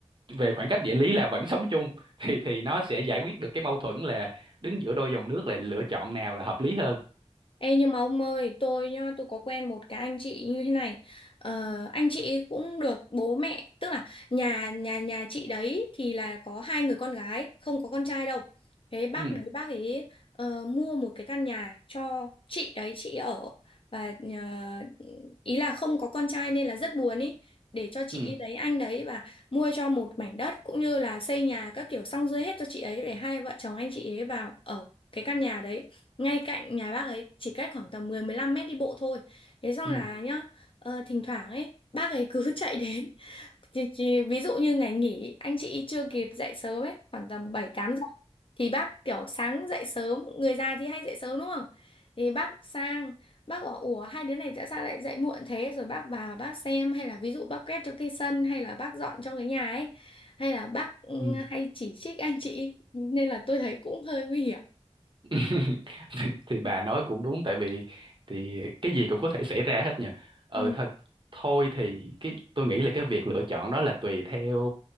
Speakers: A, on the right; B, on the left.
A: về khoảng cách địa lý là vẫn <laughs> sống chung thì thì nó sẽ giải quyết được cái mâu thuẫn là đứng giữa đôi dòng nước là lựa chọn nào là hợp lý hơn.
B: Ê nhưng mà ông ơi, tôi nhá, tôi có quen một cái anh chị như thế này. Ờ, anh chị cũng được bố mẹ, tức là nhà nhà nhà chị đấy thì là có hai người con gái, không có con trai đâu. Thế bác
A: Ừ,
B: đấy bác ấy ờ, mua một cái căn nhà cho chị đấy chị ở và ờ, ý là không có con trai nên là rất buồn ý để cho chị
A: ừ,
B: ấy lấy anh đấy và mua cho một mảnh đất cũng như là xây nhà các kiểu xong xuôi hết cho chị ấy để hai vợ chồng anh chị ấy vào ở cái căn nhà đấy ngay cạnh nhà bác ấy chỉ cách khoảng tầm mười mười lăm mét đi bộ thôi. Thế xong
A: ừ,
B: là nhá, ờ, thỉnh thoảng ấy bác ấy cứ <laughs> chạy đến. Chỉ, chỉ, ví dụ như ngày nghỉ anh chị chưa kịp dậy sớm ấy, khoảng tầm bảy tám giờ thì bác kiểu sáng dậy sớm, người già thì hay dậy sớm đúng không? Thì bác sang, bác bảo ủa hai đứa này tại sao lại dậy muộn thế rồi bác vào bác xem hay là ví dụ bác quét cho cái sân hay là bác dọn cho cái nhà ấy hay là bác ừ,
A: ừ
B: hay chỉ trích anh chị nên là tôi thấy cũng hơi nguy hiểm.
A: <laughs> thì, thì bà nói cũng đúng tại vì thì cái gì cũng có thể xảy ra hết nhỉ ờ
B: Ừ
A: thôi thôi thì cái tôi nghĩ là cái việc lựa chọn đó là tùy theo